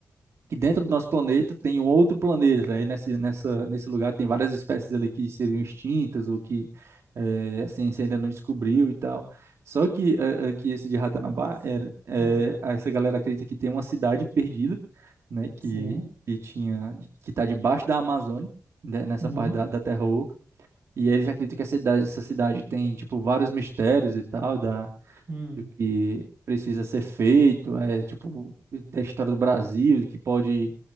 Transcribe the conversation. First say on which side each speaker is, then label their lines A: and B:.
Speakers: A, on the right; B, on the right.
A: que dentro do nosso planeta tem um outro planeta. Aí nessa, nessa, nesse lugar tem várias espécies ali que seriam extintas ou que eh, assim, a ciência ainda não descobriu e tal. Só que, eh, eh, que esse de Ratanabá,
B: Cara, isso.
A: era, eh,
B: Ah,
A: essa galera acredita que tem uma cidade perdida, né, que,
B: sim.
A: que tinha, que está debaixo da Amazônia, né, nessa
B: Hum,
A: parte da, da Terra Oca. E eles acreditam que essa cidade, essa cidade tem, tipo, vários mistérios e tal, da,
B: hum.
A: do que precisa ser feito, é, tipo, da história do Brasil, que pode